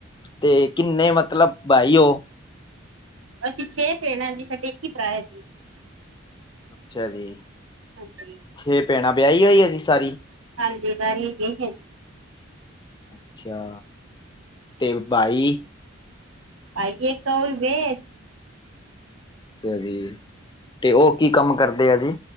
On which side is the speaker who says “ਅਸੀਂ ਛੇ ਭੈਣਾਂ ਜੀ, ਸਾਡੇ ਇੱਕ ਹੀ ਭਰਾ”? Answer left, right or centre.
Right